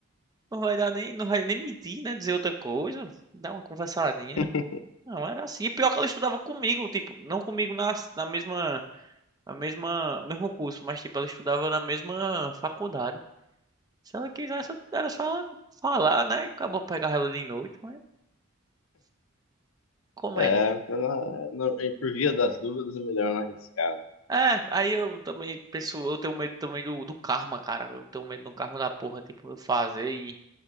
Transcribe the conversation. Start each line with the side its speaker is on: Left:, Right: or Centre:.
Right: não vai dar nem, não vai nem mentir, né? Dizer outra coisa, dar uma conversadinha.
Left: <laughs>
Right: Não, era assim. E pior que ela estudava comigo, tipo, não comigo na, na mesma, na mesma, mesmo curso, mas tipo, ela estudava na mesma faculdade. Se ela quisesse, era só ela falar, né? Acabou pegar ela de noite, mas comédia.
Left: É, pra não- não- e por via das dúvidas é melhor não arriscar, né?
Right: É, aí eu também penso, eu tenho medo também do, do karma, cara. Eu tenho medo do karma da porra, tipo, eu fazer e,